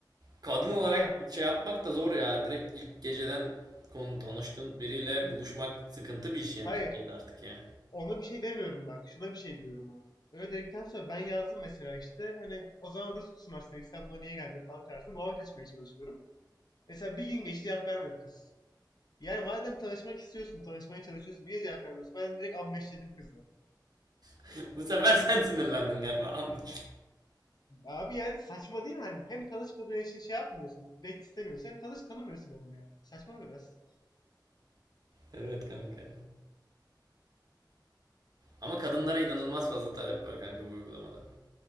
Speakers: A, on the right; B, on the left.
A: kadın olarak
B: Ha,
A: şey yapmak da zor ya. Direkt ilk geceden konu tanıştığın biriyle buluşmak sıkıntı bir iş yani
B: hayır
A: Türkiye'de artık ya.
B: ona bir şey demiyorum bak şuna bir şey diyorum ona. Öyle dedikten sonra ben yazdım mesela işte hani o zaman Rus musun aslında İstanbul'a niye geldin falan tarzı muhabbet açmaya çalışıyorum. Mesela bir gün geçti cevap vermedi kız. Yani madem tanışmak istiyorsun, tanışmaya çalışıyorsun niye cevap vermiyorsun? Ben direkt ammeşledim kızı.
A: <laughs> Bu sefer sen sinirlendin galiba <laughs> anlaşıldı.
B: Abi yani saçma değil mi? Hani hem tanışmadığın için şey yapmıyorsun. Date istemiyorsun. Hem tanış tanımıyorsun hem de yani. Saçma biraz.
A: Evet kanka. Ama kadınlara inanılmaz fazla talep var kanka bu uygulamada.